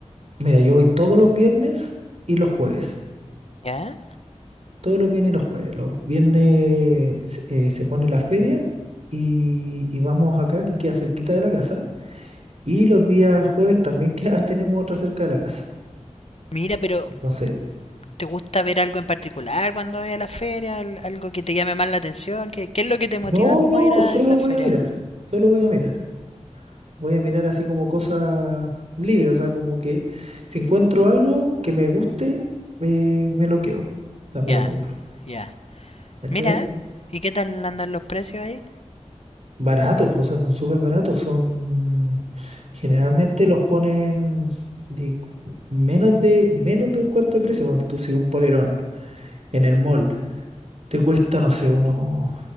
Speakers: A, on the right (about 65°); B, on the left (about 60°).
A: Mira, yo voy todos los viernes y los jueves.
B: ¿Ya?
A: Todos los viernes y los jueves. Los viernes se eh, se pone la feria y, y vamos acá, que queda cerquita de la casa. Y los días jueves también queda, <laughs> tenemos otra cerca de la casa.
B: Mira, pero
A: Entonces,
B: ¿te gusta ver algo en particular cuando vas a la feria? Al- ¿Algo que te llame más la atención? ¿Qué, qué es lo que te motiva
A: no,
B: como
A: no,
B: a ir a
A: solo
B: esas
A: voy
B: ferias?
A: a mirar. Solo voy a mirar. Voy a mirar así como cosas libres, o sea, como que si encuentro algo que me guste, me, me lo quedo. O sea, me
B: Ya,
A: lo compro.
B: ya.
A: ¿Cachai?
B: Mira, ¿y qué tal andan los precios ahí?
A: Baratos, pues, o sea, son súper baratos. Son. Generalmente los ponen de menos de, menos de un cuarto de precio. Cuando tú si un polerón en el mall te cuesta, no sé, unos.